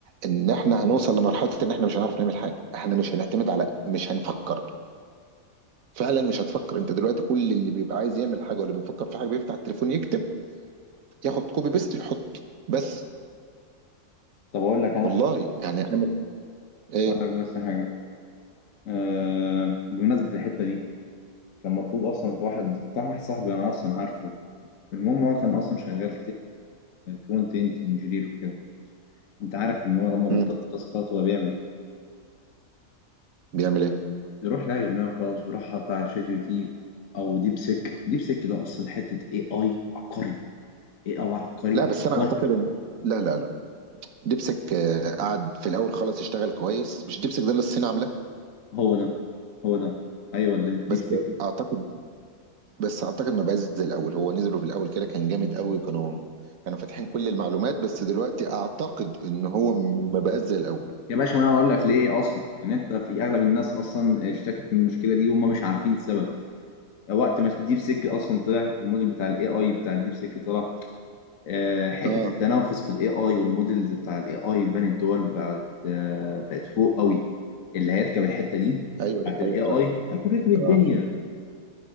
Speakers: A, on the right; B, on the left.
A: ان احنا هنوصل لمرحله ان احنا مش هنعرف نعمل حاجه احنا مش هنعتمد على مش هنفكر فعلا مش هتفكر انت دلوقتي كل اللي بيبقى عايز يعمل حاجه ولا بيفكر في حاجه بيفتح التليفون يكتب ياخد كوبي بيست يحط بس
B: طب اقول لك انا
A: والله يعني اعمل ايه
B: اقول لك بس حاجه أه... بمناسبه الحته دي كان مطلوب اصلا في واحد بتاع واحد صاحبي انا اصلا عارفه المهم هو كان اصلا شغال فرونت اند انجينير وكده انت عارف ان هو لما بيطلب
A: مم.
B: تاسكات هو بيعمل ايه
A: بيعمل ايه
B: بيروح لاقي دماغه خالص بيروح حاطط على شات جي بي تي او ديب سيك ديب سيك ده اصلا حته اي اي عبقري اي اي عبقري
A: لا بس انا
B: وات-
A: اعتقد ان لا لا لا ديبسك آه، قعد في الاول خالص اشتغل كويس مش ديبسك ده اللي الصين عاملاه
B: هو ده هو ده ايوه اللي ديب
A: بس
B: سيك
A: اعتقد بس اعتقد ما بقاش زي الاول هو نزلوا في الاول كده كان جامد قوي وكانوا كانوا فاتحين كل المعلومات بس دلوقتي اعتقد ان هو ما بقاش زي الاول
B: يا باشا ما انا هقول لك ليه اصلا ان انت في اغلب الناس اصلا اشتكت من المشكله دي وهم مش عارفين السبب وقت ما الديب سيك اصلا طلع الموديل بتاع الاي اي بتاع الديب سيك طلع آه، حتة
A: اه
B: التنافس في الاي اي والمودلز بتاع الاي اي بين الدول بقت آه، بقت فوق قوي اللي هيركب الحتة دي
A: ايوه
B: بتاعت
A: ده حقيقة
B: الاي اي
A: فعلا.
B: هيكون ركب الدنيا
A: اه